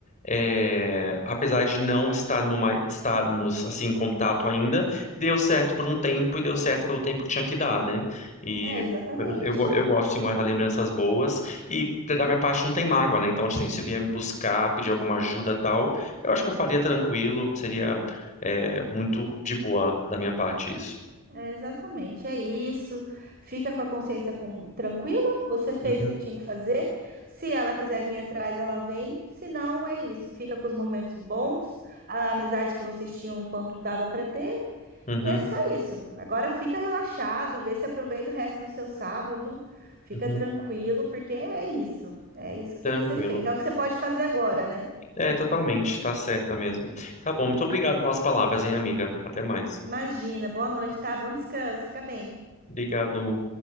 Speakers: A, on the left; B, on the right.
A: é, apesar de não estarmos, mais, estarmos assim, em contato ainda, deu certo por um tempo e deu certo pelo tempo que tinha que dar, né? E
B: É exatamente.
A: eu, eu, go- eu gosto de guardar lembranças boas e da minha parte não tem mágoa, né? Então, assim, se vier me buscar, pedir alguma ajuda e tal, eu acho que eu faria tranquilo, seria. É muito de boa da minha parte isso.
B: É exatamente. É isso. Fica com a consciência com- tranquila. Você fez
A: Uhum,
B: o que tinha que fazer. Se ela quiser vir atrás, ela vem. Se não, é isso. Fica com os momentos bons, a amizade que vocês tinham enquanto dava para ter.
A: uhum,
B: E é só isso. Agora fica relaxado, vê se aproveita o resto do seu sábado. Fica
A: uhum.
B: tranquilo, porque é isso. É isso que
A: Tranquilo.
B: tem que ser feito. É o que você pode fazer agora, né?
A: É, totalmente, tá certa mesmo. Tá bom, muito obrigado pelas palavras, hein, amiga. Até mais.
B: Imagina. Boa noite, tá? Bom descanso. Fica bem.
A: Obrigado.